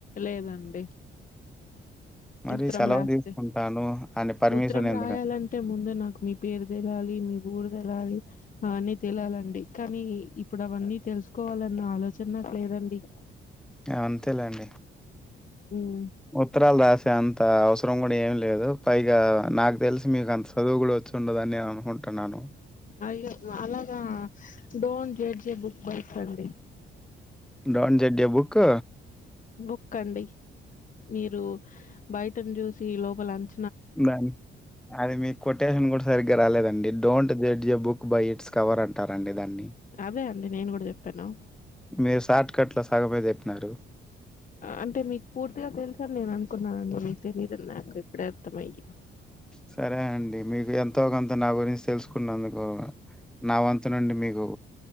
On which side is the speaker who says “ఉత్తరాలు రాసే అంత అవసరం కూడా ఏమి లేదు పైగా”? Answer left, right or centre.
Centre